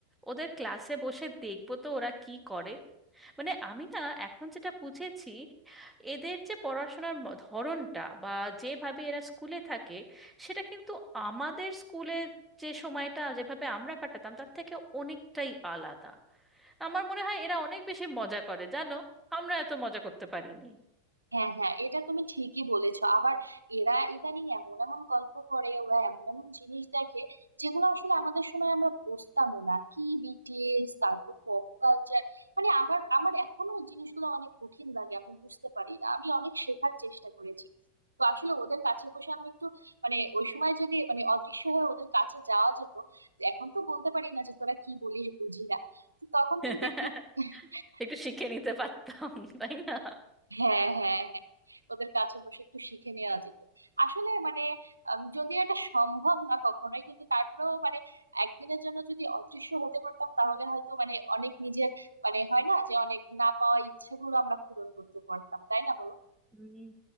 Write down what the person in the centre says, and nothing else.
ওদের ক্লাসে বসে দেখবো তো ওরা কি করে মানে আমি না এখন যেটা বুঝেছি এদের যে পড়াশোনার ম- ধরনটা বা যেভাবে এরা স্কুলে থাকে সেটা কিন্তু আমাদের স্কুলে যে সময়টা যেভাবে আমরা কাটাতাম তার থেকে অনেকটাই আলাদা আমার মনে হয় এরা অনেক বেশি মজা করে জানো আমরা এত মজা করতে পারিনি
<laughs>
একটু শিখে নিতে পারতাম তাই না
হুম